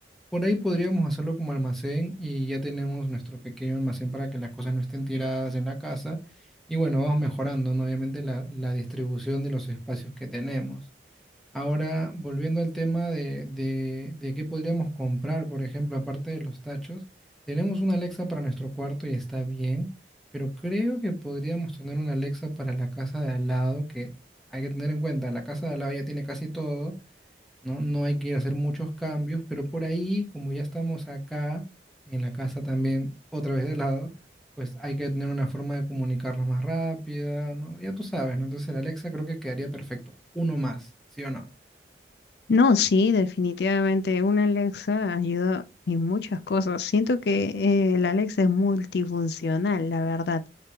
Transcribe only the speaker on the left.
No, sí, definitivamente una Alexa ayuda en muchas cosas. Siento que eh, la Alexa es multifuncional, la verdad.